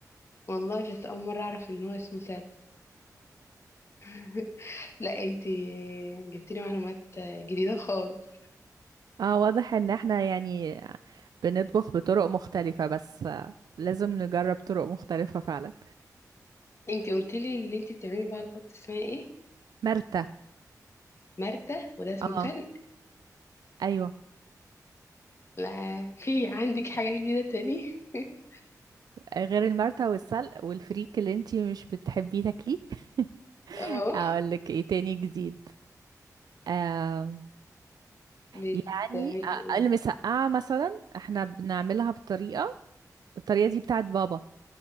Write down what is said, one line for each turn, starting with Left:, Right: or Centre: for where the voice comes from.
Left: والله بس اول مرة اعرف ان هو اسمه سلق <laughs> لا انتي جبتيلي معلومات جديدة خالص
Right: اه واضح ان احنا يعني بنطبخ بطرق مختلفة بس آه، لازم نجرب طرق مختلفة فعلا
Left: انتي قلتي لي اللي انتي بتعملي بقى البط اسمها ايه
Right: مرتة
Left: مرتة وده اسمه
Right: اه
Left: سلق
Right: ايوه
Left: لا في عندك حاجة جديدة تاني <laughs>
Right: غير المرتة والسلق والفريك اللي انتي مش بتحبيه تاكليه <laughs>
Left: اه
Right: اقول لك ايه تاني جديد آه
Left: بتعملي
Right: يعني آه،
Left: ايه
Right: المسقعة مثلا احنا بنعملها بطريقة الطريقة دي بتاعت بابا